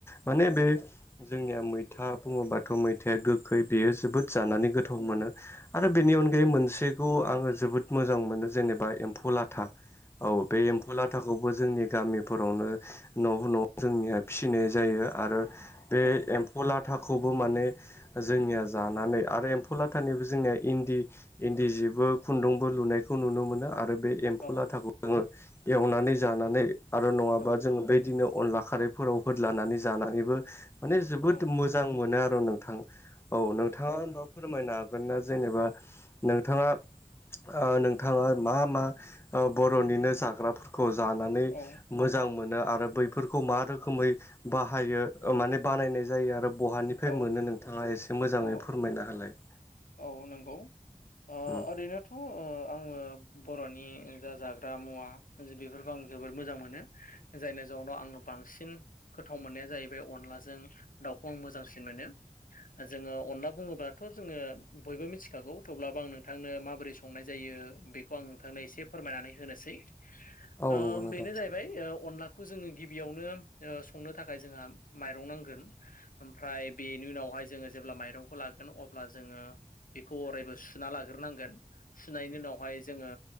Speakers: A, on the left (about 20°); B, on the left (about 85°).
A: माने
B: औ
A: बे जोंनिया मैथा बुङोबाथ' मैथाया गोखै बेयो जोबोद जानानै गोथाव मोनो। आरो बेनि अनगायै मोनसेखौ आङो जोबोद मोजां मोनो जेनेबा एम फौलाथा औ बे एम्फौलाथ थाखौबो जोंनि गामिफोरावनो न' न' जोंनिया फिसिनाय जायो आरो बे
B: औ
A: एम्फौ लाथाखौबो माने जोंनिया जानानै आरो एम्फौ लाथानिबो जोंनिया इन्दि इन्दि जिबो खुन्दुंबो लुनायखौ नुनो मोनो आरो बे
B: औ
A: एम्फौ लाथाखौ जोङो एवनानै जानानै आरो नङाबा
B: औ
A: जोङो बेदिनो अनला खारैफोराव होदलानानै जानानैबो माने जोबोद
B: औ
A: मोजां मोनो आर' नोंथां। औ नोंथाङा होम्बा फोरमायनो हागोन ना जेनेबा नोंथाङा ओ नोंथाङा मा-मा ओ बर'निनो जाग्राफोर खौ जानानै
B: औ
A: मोजां मोनो आरो बैफोरखौ मा रोखोमै बाहायो ओ माने बानायनाय जायो आरो बहानिफाय
B: औ
A: मोनो नोंथाङा एसे मोज
B: औ
A: जाङै फोरमायना होलाय।
B: औ नोंगौ ओ
A: उम
B: ओरैनो थ' ओ आङो बर'नि जा जाग्रा मुवा बेफोरखौ आं जोबोद मोजां मो नो जायनि जाउनाव आङो बांसिन गोथाव मोन्नाया जाहैबाय अनलाजों दाउखौ आं मोजांसिन मोनो। ओ जोङो अनला बुङोबाथ' जोङो बयबो मिथिखागौ थेवब्लाबो आं नोंथांनो माबोरै संनाय जायो बेखौ आं नोंथांनो एसे फोरमायनानै होनोसै।
A: औ
B: ओ
A: नंगौ नोंथां
B: बेनो जाहै बाय अनलाखौ जोङो गिबियावनो ओ संनो थाखाय जोंहा माइरं नांगोन। ओमफ्राय बेनि उनावहाय जोङो जेब्ला माइरंखौ लागोन अब्ला जोङो बेखौ अरायबो सुना लाग्रोनांगोन सुनायनि उनावहाय जोङो